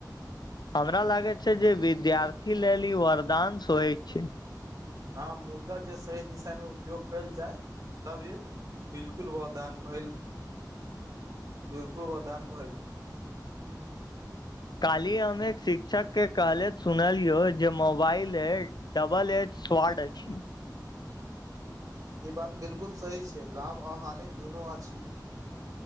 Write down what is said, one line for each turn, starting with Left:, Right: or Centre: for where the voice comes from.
Left: हमरा लागे छै जे विद्यार्थी लेल ई सोय छ
Right: हँ मुदा जे सही दिशा मे उपयोग कयल जाय तबी बिलकुल वदान भइल बिलकुल वदान भइल
Left: काल्हि हम एक शिक्षक के कहलथि सुनलियो जे मोबाइल ए डबल एट स्वाड अछि
Right: ई बात बिलकुल सही छै लाभ आ हानि दुनू आछी